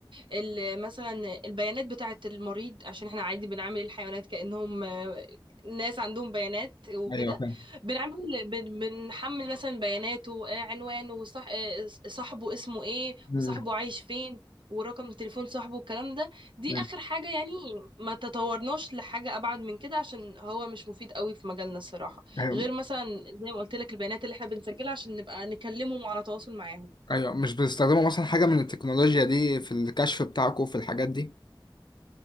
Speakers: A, on the right; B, on the left.
A: ال- مثلا البيانات بتاعة المريض عشان احنا عادي بنعامل الحيوانات كأنهم آه، ناس عندهم بيانات وكده
B: ايوه فاهم
A: بنعمل بن- بنحمل مثلا بياناته آه، عنوانه وصاحبه اسمه ايه
B: مم،
A: وصاحبه عايش فين ورقم تليفون صاحبه والكلام ده دي
B: مم.
A: اخر حاجة يعني ما تطورناش لحاجة ابعد من كده عشان هو مش مفيد قوي في مجالنا الصراحة
B: ايوه
A: غير مثلا زي ما قلت لك البيانات اللي احنا بنسجلها عشان نبقى نكلمهم على تواصل معاهم
B: أيوة، مش بتستخدموا مثلا حاجة من التكنولوجيا دي في الكشف بتاعكم في الحاجات دي